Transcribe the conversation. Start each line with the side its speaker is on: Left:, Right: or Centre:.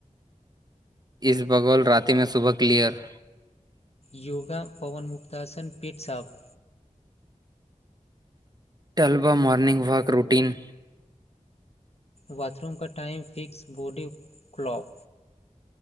Right: इस बगौल राततिमे सुबह क्लियर
Left: योगा पवन मुक्तासन पेट साफ
Right: तलबा मॉनिंग वाक रूटीन
Left: बाथरूम का टाइम फिक्स बॉडी क्लॉक